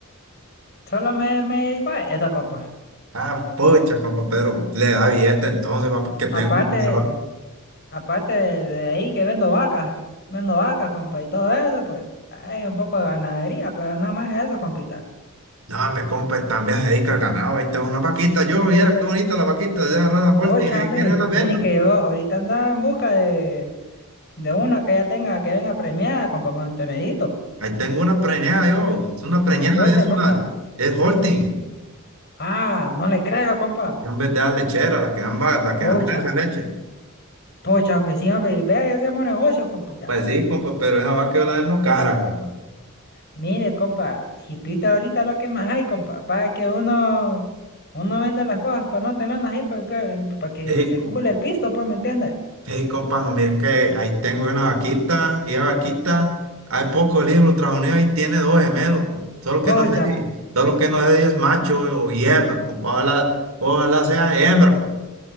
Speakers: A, on the left; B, on the right.
A: solo me, me dedico a eso, compa.
B: Ah, pucha, compa, pero le da billete entonces, va, porque tengo
A: Aparte,
B: un carro.
A: de- aparte de, de ahí que vendo vacas, vendo vacas, compa, y todo eso, pues, hay un poco de ganadería, pero nada más eso, compita.
B: No, hombre, compa, también se dedica al ganado. Ahí tengo una vaquita, yo, viera qué bonita la vaquita de esa
A: Ah,
B: raza Holting,
A: pocha,
B: ahí
A: hombre,
B: quiere la vendo.
A: mire que yo ahorita andaba en busca de, de una que ya tenga, que venga premiada, compa, con el tonedito.
B: Ahí tengo una preñada, yo, es una preñada,
A: Ah, pocha,
B: es
A: compa.
B: una, es Holting.
A: Ah, no le creo, compa.
B: Y En vez de dar lechera, la que dan, va- la que
A: Pocha,
B: dan tres de leche.
A: pocha, hombre, sí, hombre, vea, ya hacemos negocio, compa, ya.
B: Pues sí, compa, pero esa vaca yo la vendo cara, compa.
A: Mire, compa, jipita ahorita lo que más hay, compa, para que uno, uno venda las cosas, para no tenerlas ahí, pues, pues, em, para, que
B: Hey,
A: circule
B: compa,
A: el pisto, pues, ¿me entiendes?
B: Ey, compa, no, mire que ahí tengo una vaquita, y la vaquita, hay pocos libros, Estados Unidos ahí tiene dos gemelos, compa. Solo que
A: Pocha,
B: no sé si, solo que no sé si es macho o y hembra, compa, ojalá, ojalá sea hembra, compa.